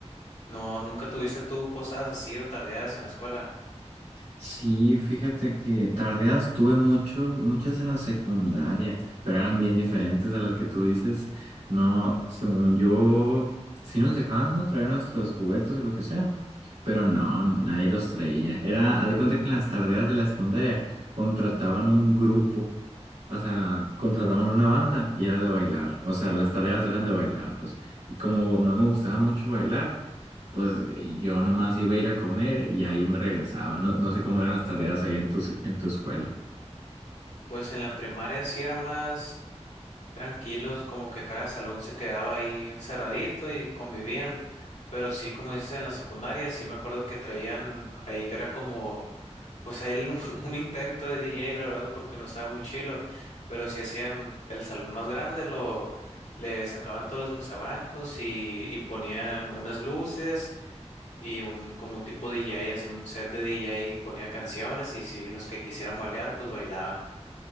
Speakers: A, on the left; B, on the right.
A: No, ¿nunca tuviste tú posadas así o tardeadas en la escuela?
B: Sí, fíjate que tardeas tuve mucho, muchas en la secundaria, pero eran bien diferentes a las que tú dices. No, según yo, sí nos dejaban, ¿no? Traer nuestros juguetes o lo que sea, pero no, nadie los traía. Era, haz de cuenta que en las tardeas de la secundaria contrataban un grupo, o sea, contrataban una banda y era de bailar. O sea, las tareas eran de bailar, pues. Y como no me gustaba mucho bailar, Pues yo nomás iba a ir a comer y ahí me regresaba. No, no sé cómo eran las tareas ahí en tu, se- en tu escuela.
A: Pues en la primaria sí era más tranquilos, como que cada salón se quedaba ahí encerradito y convivían. Pero sí, como dices, en la secundaria sí me acuerdo que traían ahí que era como, pues ahí el- <laughs> un, intento de DJ, la verdad, porque no estaba muy chilo. Pero si hacían el salón más grande, lo le sacaban todos los mesabancos y, y ponían unas luces y un como un tipo DJ, así un set de DJ y ponía canciones y si los que quisieran bailar, pues bailaban.